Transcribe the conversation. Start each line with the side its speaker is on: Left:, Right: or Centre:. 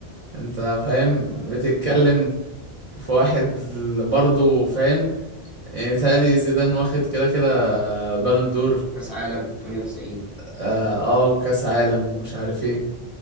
Right: انت فاهم
Centre: ده,
Right: بتتكلم
Centre: ده هنقول ايه
Right: في واحد برضه فاهم يعني بيتهيألي زيدان واخد كده كده بالون دور
Centre: كاس عالم 98
Right: اه آه، وكاس عالم ومش عارف ايه